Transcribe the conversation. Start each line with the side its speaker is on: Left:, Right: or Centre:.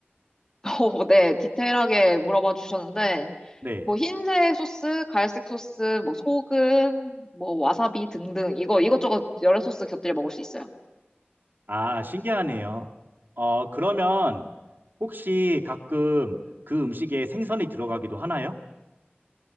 Left: 어, 네, 디테일하게 물어봐 주셨는데,
Right: 네.
Left: 뭐, 흰색 소스, 갈색 소스, 뭐, 소금, 뭐, 와사비 등등, 이거, 이것저것 여러 소스 곁들여 먹을 수 있어요.
Right: 아, 신기하네요. 어, 그러면 혹시 가끔 그 음식에 생선이 들어가기도 하나요?